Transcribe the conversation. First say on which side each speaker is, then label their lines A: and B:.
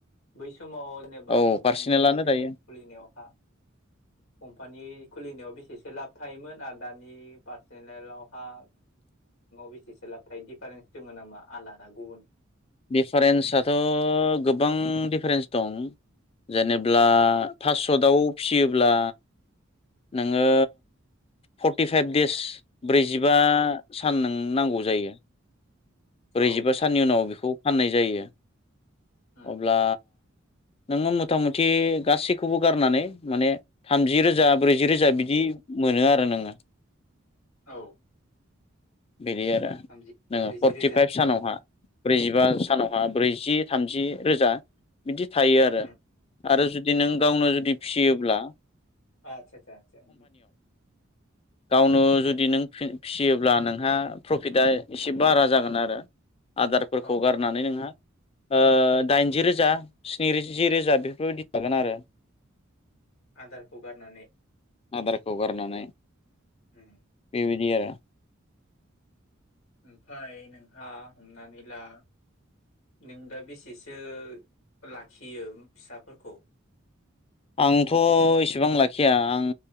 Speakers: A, on the left; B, on the left.
A: बै समाव जेबा
B: औ
A: कम्भानिनि
B: पार्सनेलानो
A: गेजेर
B: दायो
A: जोंहा कम्भानि बे खुलिनायाव बेसेसो थायो मोन आरो दानि पारसिनेल'हा <unintelligible> बेसेसो लाबथाय दिफारेन्स दोङ नामा आलादा गुबुन
B: दिफारेन्साथ' गोबां दिफारेन्स दं जेनेब्ला पास्सतआव फियोब्ला नोङो फर्टिफाइभ देस ब्रैजिबा सान नों नांगौ जायो ब्रैजिबा
A: औ
B: साननि उनाव बेखौ फाननाय जायो
A: उम
B: अब्ला नोङो मथा मथि गासैखौबो गारनानै माने थामजि रोजा ब्रैजि रोजा बिदि मोनो आरो नोङो
A: औ
B: बिदि आरो
A: थामजि
B: नोङो
A: ब्रैजि
B: फर्टिफाइभ
A: रोजा
B: सानावहा ब्रैजिबा सानावहा ब्रैजि थामजि रोजा बिदि थायो आरो
A: उम
B: आरो जुदि नों गावनो जुदि फियोब्ला
A: आतसा आतसा आतसा
B: गावनो जुदि नों फिसियोब्ला नोंहा प्रफिटआ एसे बारा जागोन आरो आदारफोरखौ
A: औ
B: गारनानै नोंहा ओ दाइनजि रोजा स्निजि रोजा बेफोरबायदि थागोन आरो
A: आदारखौ गारनानै
B: आदारखौ गारनानै
A: उम
B: बेबायदि आरो
A: ओमफफ्राय नोंहा हमनानै ला नों दा बेसेसो लाखियो फिसाफोरखौ
B: आंथ' इसेबां लाखिया आं